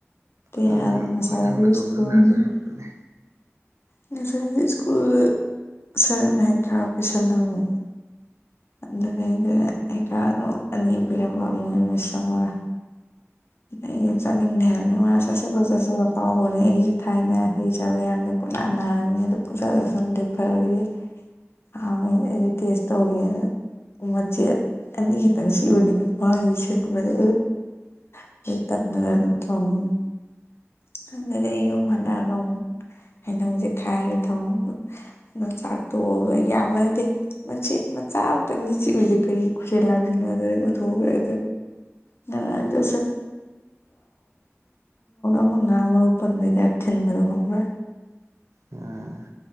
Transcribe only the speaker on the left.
ꯠꯇ
ꯌꯥꯔꯣ
ꯃꯁꯂꯒꯁꯀ
<unintelligible>
ꯉꯁꯥꯁꯨ ꯁꯀꯨꯜꯗ ꯁꯔꯠꯅ ꯍꯩꯈꯥ ꯄꯤꯁꯜꯂꯝꯃꯤ ꯑꯗꯨꯗꯩꯗ ꯍꯩꯈꯥꯗꯣ ꯑꯅꯤ ꯄꯤꯔꯝꯕ ꯃꯣꯏ ꯃꯤꯁ ꯑꯃꯒ ꯎ <unintelligible> ꯑꯩꯅ ꯆꯥꯅꯤꯡꯗꯦ ꯍꯥꯏꯕꯅꯦ ꯃꯥꯅ ꯆꯥꯁꯜꯂꯣ ꯆꯁꯜꯂꯣ ꯄꯥꯎꯕꯅꯦ ꯑꯩꯁꯨ ꯊꯥꯏꯅ ꯍꯩ ꯆꯥꯕ ꯌꯥꯗꯦ ꯄꯨꯡꯅ ꯅꯥꯔꯝꯃꯤ ꯑꯗꯨ ꯄꯨꯡꯆꯥ ꯆꯥꯁꯤꯟꯕꯗꯒꯤ ꯐꯥꯈꯔꯦ ꯍꯥꯎꯏ ꯑꯩꯅ ꯇꯦꯁ ꯇꯧꯋꯦ ꯃꯆꯦꯠ ꯑꯅꯤ ꯈꯇꯪ ꯁꯤꯟꯎꯕꯅꯤ ꯃꯥꯏ ꯁꯤꯟꯕꯗꯣ ꯑꯥ ꯗꯩ ꯇꯟꯗꯅ ꯑꯗꯨꯝ ꯊꯣꯡꯉ ꯈꯪꯗꯦꯗ ꯑꯩ ꯌꯨꯝ ꯍꯜꯂꯛꯑꯒ ꯑꯃꯨꯛ ꯍꯩꯅꯧꯁꯦ ꯈꯥꯏꯔ ꯊꯝꯃꯝꯃ ꯑꯗꯨ ꯆꯥꯛ ꯇꯣꯛꯑꯒ ꯌꯥꯝꯕ ꯅꯠꯇꯦ ꯃꯆꯦꯠ ꯃꯆꯥ ꯑꯃꯇꯪ ꯆꯤꯛ ꯎꯏꯗꯦ ꯀꯔꯤ ꯈꯨꯁꯤꯜ ꯂꯥꯛꯁꯤꯟꯅꯣ ꯑꯗꯨꯗ ꯑꯣꯊꯣꯛꯎꯔꯦ ꯉꯔꯥꯡꯗꯣ <unintelligible> ꯑꯃ ꯉꯥ ꯃꯔꯨ ꯄꯟꯕꯩ ꯇꯥꯢꯞ ꯊꯤꯟꯕꯗꯣ ꯈꯪꯕ꯭ꯔꯥ